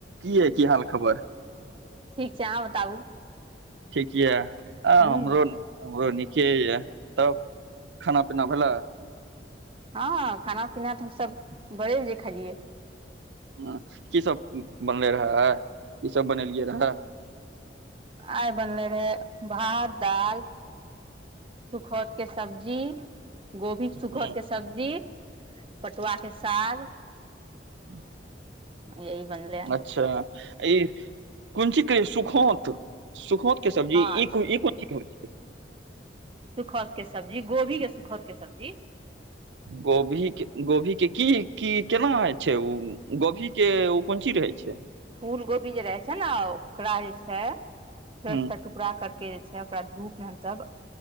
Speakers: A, on the right; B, on the right.
A: की यै, की हाल-खबर?
B: ठीक छै, अहाँ बताबू?
A: ठिक यऽ आ
B: हूँ
A: हमरो हमरो निक -के य तब खाना-पीना भेलै?
B: हँ खाना-पीना तऽ हमस बड़े <unintelligible> होजे खालियै
A: हॅं, की सब बनलेै रहे आइ, की सब बनेलियै रहए?
B: आइ बनले रहे भात-दाल सुखौत के सब्जी गोभी सुखतके
A: हूँ,
B: सब्जी, पटुआके साग
A: ह्म <unintelligible>
B: यही बनलै
A: अच्छा, ई कोन चीज कहै? सुखोंत, सुखोंतके सब्जी,
B: हँ
A: ई ई कोन चीज? छै
B: सुखौंतके सब्जी, गोभीके सुखौंतके सब्जी
A: गोभीके गोभी के-की, की-केना होइ छै ओ गोभी? के ओ कोंची रहै छै?
B: फूल गोभी जे रहे छै ने, ओकरा जे छै थोड़
A: हूँ
B: पूरा करके जे छै ओकरा धूपमे हमसभ